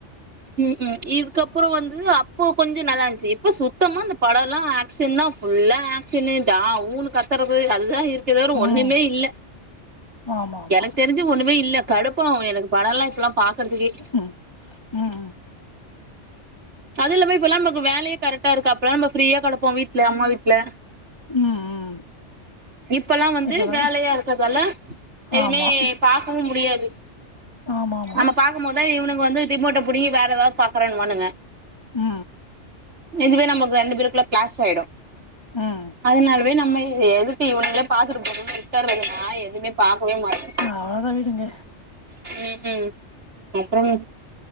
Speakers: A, on the right; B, on the left.
A: ம், ம் இதுக்கப்றோ வந்து அப்போ கொஞ்ச நல்லா இருந்துச்சு இப்ப சுத்தமா இந்த படம் எல்லா ஆக்சன்தா ஃபுல்ல ஆக்ஷனு டா ஊன்னு கத்துறது அதுதா இருக்கே தவர ஒரு
B: ம்
A: ஒண்ணுமே இல்ல
B: ஆமா ஆமா
A: எனக்கு தெரிஞ்சு ஒண்ணுமே இல்ல கடுப்பாவு எனக்கு படோல்லா இப்டில்லா பாக்றதுக்கே
B: ம் ம்
A: அது இல்லாம இப்ப எல்லா நமக்கு வேலையே கரெக்டா இருக்கு அப்பல்லா நம்ப ப்ரீயா கடப்போ வீட்ல அம்மா வீட் ல
B: ம் ம்
A: இப்பல்லா வந்து
B: இப்பதா
A: வேலையா இருக்கறதால எதுமே
B: ஆமா
A: பாக்கவு முடியாது
B: ஆமா ஆமா
A: நம்ம பாக்கும் போதா இவனுக் வந்து ரிமோட்டா பிடிங்கி வேற ஏதாவது பாக்குறுன்னுவுங்க
B: ஆ
A: இதுவே நம்ம ரெண்டு பேருக்குள்ள கிளாஸ் ஆயிடும்
B: ம்
A: அதனாலவே நம்ம எதுக்கு இவனங்கலே பாத்துட்டு போட்டு வீ ட்டுறது நா எதுவுமே பாக்கவே மாட்ட
B: அவ்ளோதா விடுங்க
A: உம் உம் அப்பறம்